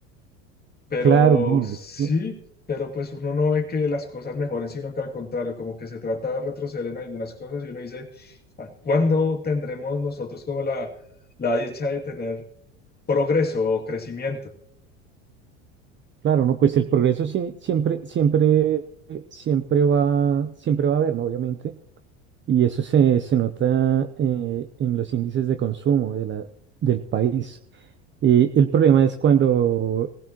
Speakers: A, on the left; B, on the right.
A: Pero
B: Claro, no,
A: sí,
B: es que-
A: pero pues uno no ve que las cosas mejoren, sino que al contrario, como que se trata de retroceder en algunas cosas y uno dice, "¿A ¿cuándo tendremos nosotros como la, la dicha de tener progreso o crecimiento?
B: claro, no, pues el progreso sie- siempre, siempre, siempre va, siempre va a haber, ¿no? Obviamente Y eso se, se nota eh, en los índices de consumo de la, del país. Eh, el problema es cuando